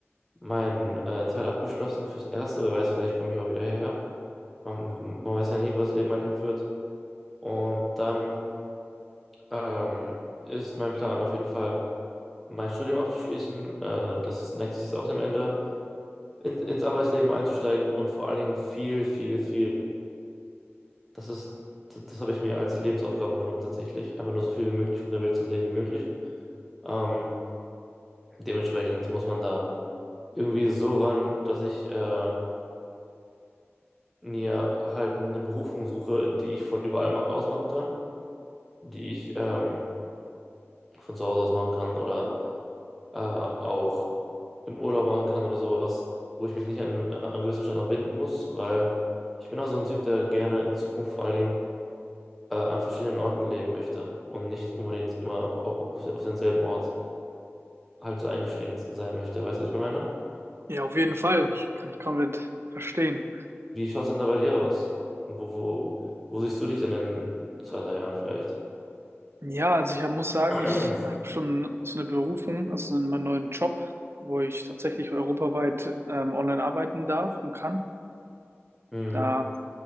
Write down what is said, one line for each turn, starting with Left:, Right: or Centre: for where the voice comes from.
Centre: mein äh, Teil abgeschlossen fürs Erste. Wer weiß, vielleicht komme ich auch wieder hierher. Man, man weiß ja nie, wo das Leben einen hinführt. Und dann ähm, ist mein Plan auf jeden Fall, mein Studium abzuschließen. Äh, das nächste ist auch dem Ende. In, ins Arbeitsleben einzusteigen und vor allen Dingen viel, viel, viel. Das ist, d- das habe ich mir als Lebensaufgabe genommen tatsächlich, einfach nur so viel wie möglich von der Welt zu sehen wie möglich. Ähm, dementsprechend muss man da irgendwie so ran, dass ich äh, mir halt eine Berufung suche, die ich von überall ma- aus machen kann, die ich ähm, von zu Hause aus machen kann oder äh, auch im Urlaub machen kann oder sowas, wo ich mich nicht an, an gewissen Standort binden muss, weil ich bin auch so ein Typ, der gerne in Zukunft vor allen Dingen äh, an verschiedenen Orten leben möchte und nicht unbedingt immer au- auf, auf denselben Ort halt so eingeschränkt sein möchte. Weißt du, was ich meine?
Right: Ja, auf jeden Fall. kann ich komplett verstehen.
Centre: Wie schaut es denn da bei dir aus? Wo, wo, wo siehst du dich denn in zwei, drei Jahren vielleicht?
Right: Ja, also ich hab, muss sagen,
Centre: <clears throat>
Right: ich habe schon so eine Berufung, also in meinem neuen Job, wo ich tatsächlich europaweit ähm, online arbeiten darf und kann.
Centre: Mhm.
Right: Da